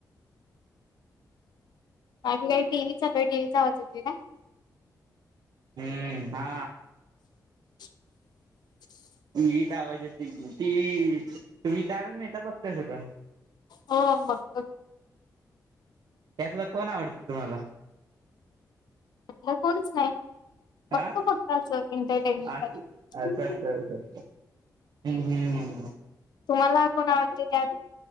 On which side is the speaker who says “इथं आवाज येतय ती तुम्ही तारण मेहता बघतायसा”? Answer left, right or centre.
Right